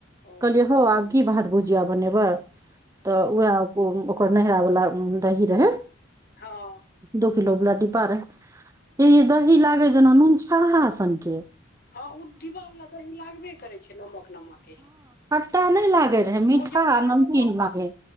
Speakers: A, on the left (about 50°); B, on the right (about 15°).
A: ओ
B: कहलियै हौ आब कि भात भुजिया बनेबै तऽ उएह ओकर नरावला दही रहे
A: ह
B: दू किलो वला डिब्बा रहे हे यै दही लागे जेना नून छाहा सनके।
A: हँ ओ डिब वाला दही लागबे करे छै नमक नमक एहन।
B: मिटा नहि लागे रहे मीठा
A: ओ जे काटबो
B: नमदीन लागे।